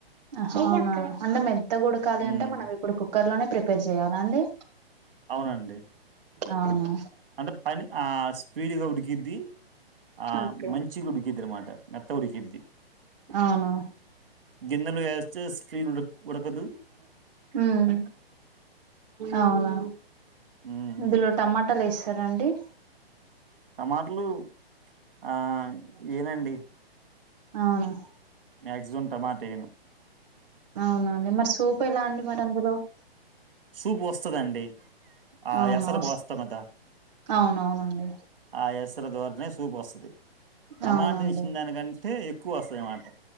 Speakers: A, on the right (about 40°); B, on the right (about 60°).
A: ఆహా అవును అన్నం మెత్తగా ఉడకాలి
B: ఉమ్,
A: అంటే మనం ఇప్పుడు కుక్కర్ లోనే ప్రిపేర్ జేయ్యాలా అండి
B: అవునండి
A: అవునా
B: అంటే పని ఆ స్పీడ్గా ఉడికిద్ది ఆ
A: ఓకే
B: మంచిగా ఉడికిద్ద ఆనామాట మొత్తం ఉడికిద్ది
A: అవునా
B: గైనలే అస్తే స్పీడ్ ఉడకది
A: మ్ అవునా
B: ఉమ్,
A: ఇందులో టమాటాలు వేస్త రా అండి
B: టమాటలు ఆ ఎయ్యండి
A: అవున
B: మిక్సిమ్ టమాట ఎయను
A: అవునండి మరి సూపు ఎలా అండి మరి అందులోకీ
B: సూప్ వస్తానంది ఆ
A: అవును.
B: ఎసరు
A: వస్
B: పోస్తా కదా
A: అవునవునండి.
B: ఆ ఏసారా యస్ ద్వార నే సూపు వస్తుంది టమాటా
A: అవునండి.
B: వేసిన దానికంటే ఎక్కువ వస్తుంది అన్నమాట